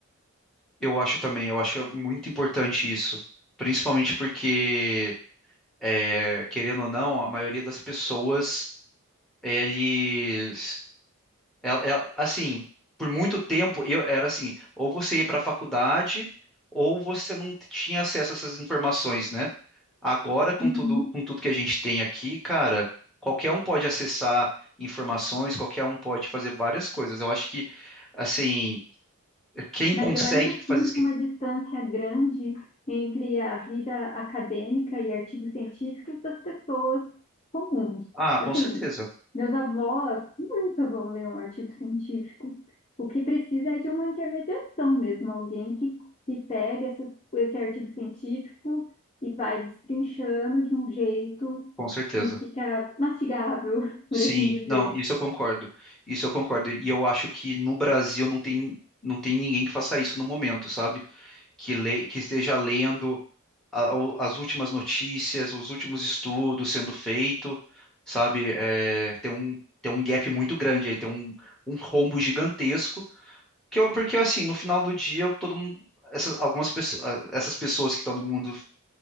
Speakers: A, in the centre; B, on the left (about 30°).
A: eu acho também, eu acho muito importante isso, principalmente porque, é, querendo ou não, a maioria das pessoas eles el- el- assim por muito tempo eu era assim ou você ia para a faculdade ou você não t- tinha acesso a essas informações né agora com
B: Uhum.
A: tudo com tudo que a gente tem aqui cara qualquer um pode acessar informações qualquer um pode fazer várias coisas eu acho que assim quem
B: mas
A: consegue
B: eu ainda
A: fazer
B: sinto
A: isso que-
B: uma distância grande entre a vida acadêmica e artigos científicos das pessoas comuns.
A: ah com
B: Assim,
A: certeza
B: meus avós nunca vão ler um artigo científico. O que precisa é de uma intermediação mesmo, alguém que, que pega essas- esse artigo científico e vai destrinchando de um jeito
A: com certeza
B: que fica mastigável, <laughs> por
A: Sim,
B: assim dizer.
A: não, isso eu concordo. Isso eu concordo. E eu acho que no Brasil não tem, não tem ninguém que faça isso no momento, sabe? que, le- que esteja lendo a- o- as últimas notícias, os últimos estudos sendo feito, sabe? É, tem um, tem um gap muito grande aí, tem um, um rombo gigantesco, que eu- porque assim, no final do dia, todo mundo, essas, algumas pessoas, essas pessoas que estão no mundo,